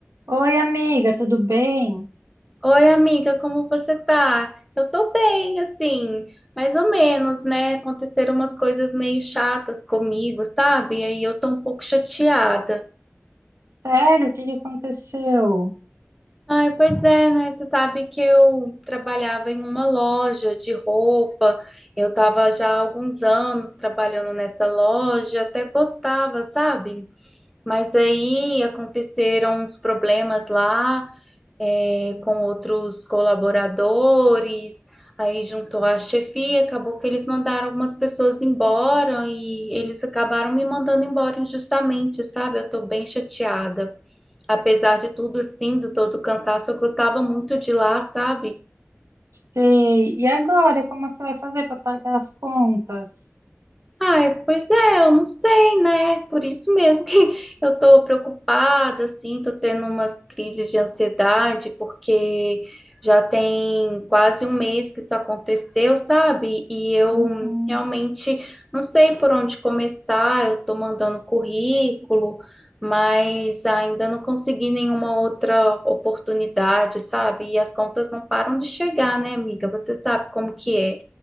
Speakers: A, on the right; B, in the centre.
A: Oi, amiga, tudo bem?
B: Oi, amiga, como você tá? Eu tô bem, assim, mais ou menos, né? Aconteceram umas coisas meio chatas comigo, sabe? E aí eu tô um pouco chateada.
A: Sério, o que que aconteceu?
B: Ai, pois é, né? Você sabe que eu trabalhava em uma loja de roupa, eu tava já há alguns anos trabalhando nessa loja, até gostava, sabe? Mas aí aconteceram uns problemas lá. é, com outros colaboradores, aí juntou a chefia, acabou que eles mandaram algumas pessoas embora e eles acabaram me mandando embora injustamente, sabe? Eu tô bem chateada. Apesar de tudo, assim, do todo o cansaço, eu gostava muito de lá, sabe?
A: Sei. E agora, como é que você vai fazer para pagar as contas?
B: Ai, pois é, eu não sei, né? Por isso mesmo que <laughs> eu tô preocupada, assim, tô tendo umas crises de ansiedade, porque já tem quase um mês que isso aconteceu, sabe? E eu
A: Uhum.
B: realmente não sei por onde começar, eu tô mandando currículo, mas ainda não consegui nenhuma outra oportunidade, sabe? E as contas não param de chegar, né, amiga? Você sabe como que é